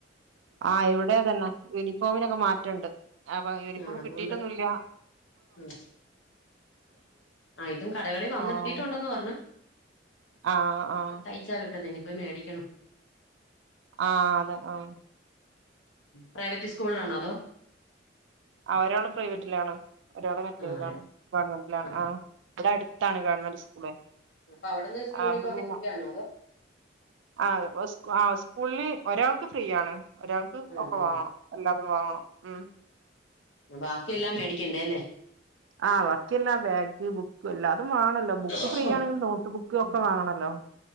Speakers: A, on the right; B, on the left.
A: ആഹ് ഇവടൊ അതന്നെ യുനിഫോമിനൊക്കെ മാറ്റണ്ട് അപ്പ യുനിഫോമ്
B: ആ അതുകൊണ്ട്
A: കിട്ടിയിട്ടൊന്നുല്ല്യ.
B: ഉം ആഹ് ഇതും കടകളി വന്നെത്തീട്ടുണ്ടെന്ന്
A: ഓഹ്
B: പറഞ്ഞ്.
A: ആഹ് ആഹ്
B: തയിച്ചാ കിട്ടുന്നെ ഇനിപ്പോയി മേടിക്കണം.
A: ആതൊ ആഹ്
B: പ്രൈവറ്റ് ഇസ്കൂളിലാണോ അതോ
A: ആഹ് ഒരാള് പ്രൈവറ്റിലാണ്. ഒരാള് മറ്റേതിലാണ്.
B: ആ അതെ
A: ഗവൺമെൻ്റിലാണ്.
B: ആ
A: ആഹ് ഇവിടൊ അടുത്താണ് ഗവൻമൊന്റ് സ്കൂള്
B: അപ്പൊ അവിടുന്ന് യൂണിഫോം
A: ആഹ് അപ്പ
B: ഒക്കെ
A: പിന്നൊ
B: ഫ്രീ ആണോ അതോ
A: ആഹ് ഓ സ്കൂള് ആഹ് സ്കൂളില് ഒരാൾക്ക് ഫ്രീയാണ് ഒരാൾക് ബുക്കും
B: ആ
A: ഒക്കെ
B: അതെല്ലേ
A: വാങ്ങണം എല്ലാതും വാങ്ങണം. ഉം
B: ബാക്കിയെല്ലാം മേടിക്കണ്ടേ അല്ലേ.
A: ആഹ് ബാക്കിയെല്ലാ ബാഗ് ബുക്ക് എല്ലാതും വാങ്ങണല്ലോ ബുക്ക്
B: ആ
A: ഫ്രീ ആണെങ്കില് നോ ട്ട് ബുക്ക് ഒക്ക വാങ്ങണല്ലോ